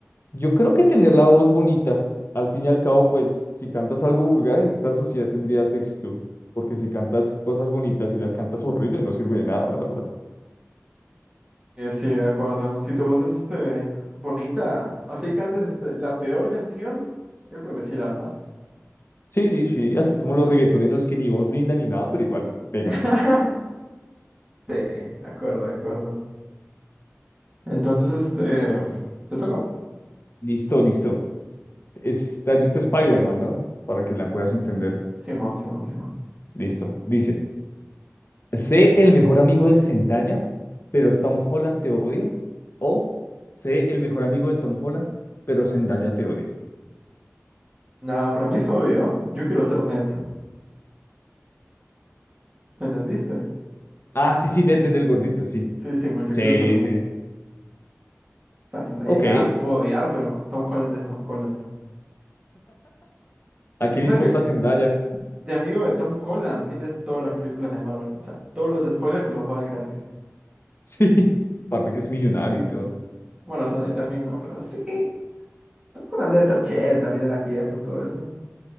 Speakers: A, on the left; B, on the right.
A: Yo creo que tener la voz bonita, al fin y al cabo, pues si cantas algo vulgar en esta sociedad tendrías éxito, porque si cantas cosas bonitas y las cantas horrible no sirve de nada, la verdad.
B: Eh, sí, de acuerdo. Si tu voz es, este, bonita, así cantes, este, la peor canción, yo creo que sí la armas.
A: Sí, sí, así como los reggaetoneros que ni voz linda ni nada, pero igual pegan,
B: <laughs>
A: ¿no?
B: Sí, de acuerdo, de acuerdo. Entonces, este, te toca.
A: Listo, listo. Es, ¿te has visto Spider-Man, ¿no? Para que la puedas entender.
B: Simón, Simón, Simón.
A: Listo. Dice, sé el mejor amigo de Zendaya, pero Tom Holland te odia, o sé el mejor amigo de Tom Holland, pero Zendaya te odia.
B: Nada, para mí es obvio. Yo quiero ser Ned. ¿Entendiste?
A: Ah, sí, sí, Ned, Ned, el gordito, sí.
B: Sí, Simón, yo
A: Sí,
B: quiero ser Ned.
A: sí.
B: La Zendaya
A: Ok,
B: ya me puedo odiar, pero Tom Holland es Tom Holland.
A: ¿a quién
B: Piensa
A: le importa
B: que
A: Zendaya?
B: de amigo de Tom Holland tienes todas las películas de Marvel. O sea, todos los spoilers te los va gratis.
A: <laughs> Sí, aparte que es millonario y todo.
B: Bueno, Zendaya también, ¿no? Pero sí. Tom Holland debe ser chévere también en las fiestas, todo eso.